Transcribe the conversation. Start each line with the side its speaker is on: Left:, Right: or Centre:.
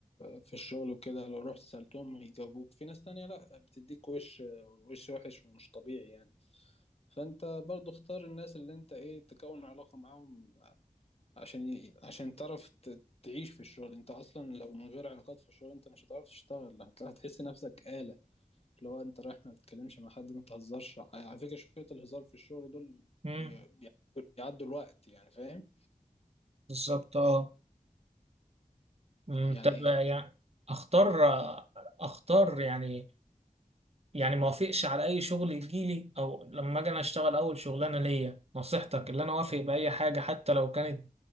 Left: في الشغل وكده لو رحت سألتهم يجاوبوك في ناس تانية لأ بتديك وش وش وحش ومش طبيعي يعني فانت برضو اختار الناس اللي انت ايه تكون علاقة معاهم عشان ي... عشان تعرف ت... تعيش في الشغل انت اصلا لو من غير علاقات في الشغل انت مش هتعرف تشتغل هتلاقي هتحس نفسك آلة اللي هو انت رايح ما تتكلمش مع حد ما تهزرش على فكرة شوية الهزار في الشغل دول
Right: مم.
Left: بي... بيعدوا بيعدوا الوقت يعني فاهم
Right: بالظبط اه مم،
Left: يعني
Right: طب يعني أختار أختار يعني يعني ما وافقش على أي شغل يجيلي أو لما أجي أنا أشتغل أول شغلانة ليا نصيحتك اللي أنا أوافق بأي حاجة حتى لو كانت